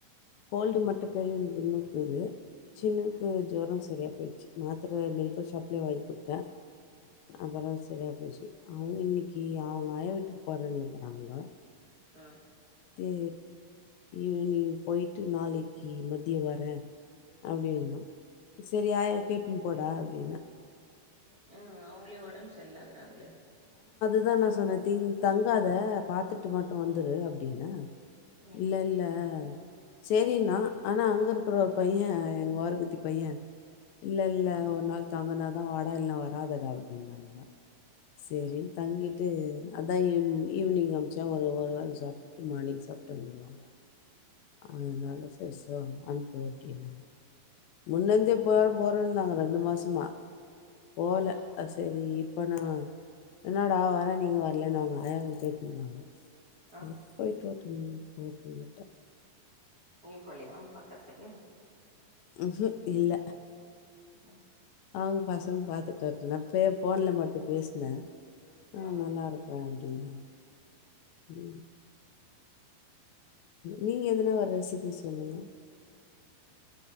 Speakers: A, on the left (about 80°); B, on the right (about 30°).
A: கோல்டு மட்டும் பெரியவனக்கு இன்னும்க்கீது சின்னவுனுக்கு
B: ம்
A: ஜொரம் சரியா போயிச்சு மாத்திர மெடிக்கல் ஷாப்லயே வாங்கி கொட்த்தே அப்புற சரியா போயிச்சு அவங்க இன்னைக்கு அவங் ஆயா வீட்டுக்கு போறேன்னுக்கிறங்கோ
B: ம்
A: து ஈவினிங் போயி்ட்டு நாளைக்கி மதிய வரே அப்டின்னா சரி ஆயா வ கேட்டுன்னு போடா அப்டின்ன
B: ஆ அவங்களே உடம்பு செறில்லாதகிறாங்களே
A: அதுதா நா சொன்ன தி் தங்காத பாத்துட்டு மட்டு வந்துரு அப்டின்ன
B: ம்
A: இல்ல இல்ல சேரிண்ணா ஆனா அங்க இருக்கிற ஒரு பைய எங்க ஓரகத்தி பைய இல்ல இல்ல ஒரு நாள் தங்கனா ன் வடா இல்லனா வராதடா அப்படின்னங்க சரின்னு
B: ம்
A: தங்கிட்டு அதா ஈவினிங் அமுச்சா ஒரு ஒரு வேள சாப்ட்டு மார்னிங் சாப்ட்டு வந்துடுவாங்கோ அதனால சைஸ்ஸா அனுப்பு அப்படின்னாங் முன்னந்தே போற போற இருந்தாங்க ரெண்டு மாசமா போல
B: ஆ
A: சரி அப்போனா என்னோட ஆ வரேன்னீங்க வரலன்னு அவங்க ஆயாவு கேட்ன்னுருக்காங்க சேரி
B: ஆ
A: போயிட்டு வர்ட்டு <inaudible>
B: நீ போலையா பாக்கறதுக்கு
A: உஹூம் இல்ல
B: ம்
A: அவங்க பசங்க பாத்துட்டு வருட்டும்னு நான் பே ஃபோனில் மட்டும் பேஸ்னே ஆஹ்
B: ம்
A: நல்லா இருக்கேன் அப்படினு உம் <inaudible> நீங்க எதன ஒரு ரெசிபி சொல்லுங்க